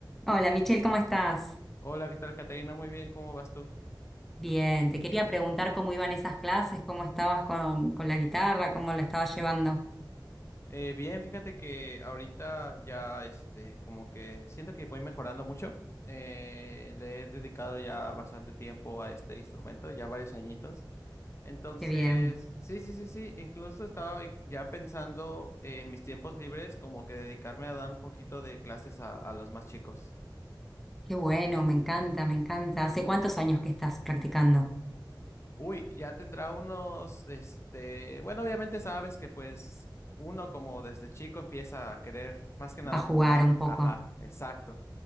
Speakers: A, in the centre; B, on the left (about 35°).
A: Hola Michelle, ¿cómo estás?
B: Hola, ¿qué tal, Caterina? Muy bien, ¿cómo vas tú?
A: Bien, te quería preguntar cómo iban esas clases, cómo estabas con, con la guitarra, cómo la estabas llevando.
B: Eh, bien, fíjate que ahorita ya, este, como que siento que voy mejorando mucho. Eh, le he dedicado ya bastante tiempo a este instrumento, ya varios añitos. Entonces,
A: Qué bien,
B: sí, sí, sí, sí, incluso estaba en- ya pensando en mis tiempos libres como que dedicarme a dar un poquito de clases a, a los más chicos.
A: qué bueno, me encanta, me encanta. ¿Hace cuántos años que estás practicando
B: Uy, ya tendrá unos, este, bueno, obviamente sabes que pues uno como desde chico empieza a querer más que nada
A: a jugar
B: jugar,
A: un poco?
B: ajá, exacto,